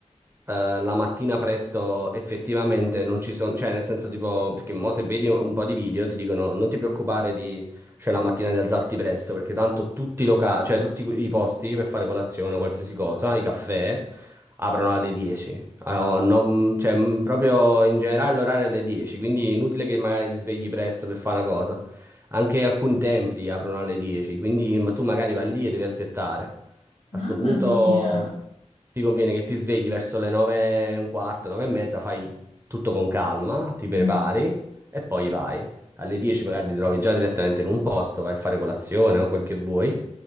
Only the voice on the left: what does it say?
Mamma
mia.
Mm.